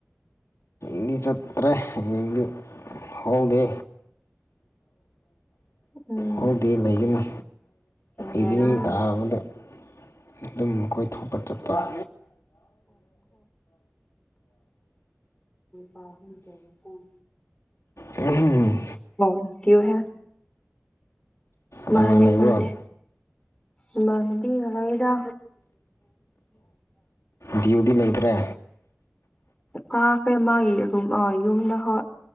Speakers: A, on the left; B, on the left.
A: ꯏꯗꯤꯆꯠꯇ꯭ꯔꯦ ꯍꯌꯦꯡꯗꯤ ꯍꯣꯜꯗꯦ
B: ꯎꯝ
A: ꯍꯣꯜꯗꯦ ꯂꯩꯒꯅꯤ
B: ꯅꯨꯡꯉꯥꯏꯅ
A: ꯏꯚꯤꯅꯤꯡ ꯇꯥꯕꯗ ꯑꯗꯨꯝ ꯀꯣꯏꯊꯛꯄ ꯆꯠꯄ <unintelligible>
B: ꯄ ꯍꯨꯝ ꯆꯔꯩꯀꯣꯟ
A: ꯎꯝ ꯍꯨꯝ
B: ꯑꯣ ꯀꯋꯨꯍꯦ
A: ꯀꯅꯥ
B: ꯃꯥꯅꯦ
A: ꯂꯩꯕ꯭ꯔꯣ
B: ꯃꯥꯅꯦ ꯏꯃꯥꯟ ꯅꯕꯤ ꯑꯃꯥ ꯂꯩꯗ
A: ꯗ꯭ꯌꯨꯗꯤ ꯂꯩꯇ꯭ꯔꯦ
B: ꯀꯥꯈ꯭ꯔꯦ ꯃꯥꯒꯤꯔꯨꯝ ꯑꯣ ꯌꯨꯝꯗ ꯍꯣꯏ